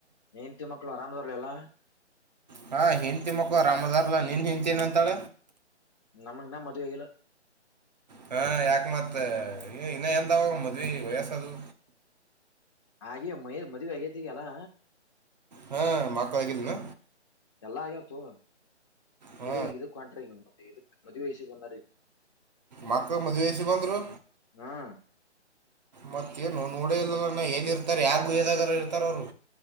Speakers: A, on the left; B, on the right.
A: ಹೆಂತಿ ಮಕ್ಕಳು ಅರಾಮದಾರಲ ಎಲ್ಲಾ.
B: ಹಾ ಹೆಂತಿ ಮಕ್ಳು ಅರಾಮದಾರ್ಲ್ಲಾ ನಿನ್ ಹೆಂತಿ ಏನ್ ಅಂತಾಳ.
A: ನಮಗ್ ಇನ್ನ <inaudible>
B: ಹಾ ಯಾಕ್ ಮತ್ ಇನ್ನ ಎಂದಾಗವ ಮದ್ವೆ ವಯಸ್ಸ ಅದು.
A: ಆಗೆ ಮಯ ಮದಿವ ಆಗತಿಗೆಲ್ಲಾ.
B: ಹಾ ಮಕ್ಳ ಆಗಿಲ್ಲ ನ.
A: ಎಲ್ಲಾ ಆಗ್ಯತ್ತು.
B: ಹಾ
A: ತಿರಿಗಿ ಇದಕ ಹೊಂಟ್ರಿಗ. ಇದುಕ ಮದವಿ ವಿಷಕ್ ಬಂದರ್ ಈಗ
B: ಮಕ್ಕಳ ಮದುವಿ ವಿಷಯಕ್ಕೆ ಬಂದ್ರು
A: ಹ್ಮ್
B: ಮತ್ತೇನು ನೋಡ ಇಲ್ಲ ಲಾ ನಾ ಎಲ್ಲಿ ಇರ್ತಾರೆ ಯಾವ ಗುಹೆ ನಾಗ್ ಇರ್ತಾರ ಅವರು